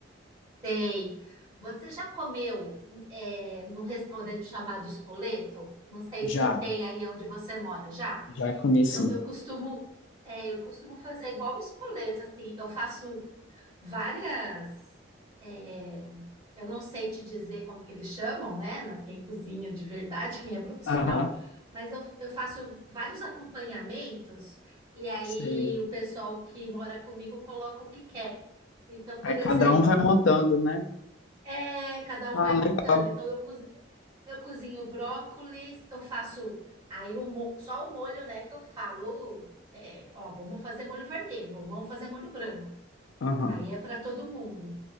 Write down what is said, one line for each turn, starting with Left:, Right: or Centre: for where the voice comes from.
Right: Sei. Você já comeu é, num restaurante chamado Spoleto? Não sei
Left: Já,
Right: se tem aí onde você mora já.
Left: já comi
Right: Então,
Left: sim.
Right: eu costumo, é, eu costumo fazer igual o Spoleto, assim. Eu faço várias. é, eu não sei te dizer como que eles chamam, né? na- Quem cozinha de verdade, quem é profissional,
Left: Aham,
Right: mas eu, eu faço vários acompanhamentos e aí
Left: sei.
Right: o pessoal que mora comigo coloca o que quer. Então,
Left: Aí
Right: por
Left: cada
Right: exemplo,
Left: um vai montando, né?
Right: é, cada um
Left: Ah,
Right: vai
Left: legal.
Right: montando. Então, eu, cozi- eu cozinho brócolis, eu faço aí o mo- só o molho, né? Que eu falo, é, ó, vamos fazer molho vermelho, ou vamos fazer molho branco.
Left: Aham,
Right: Aí é para todo mundo.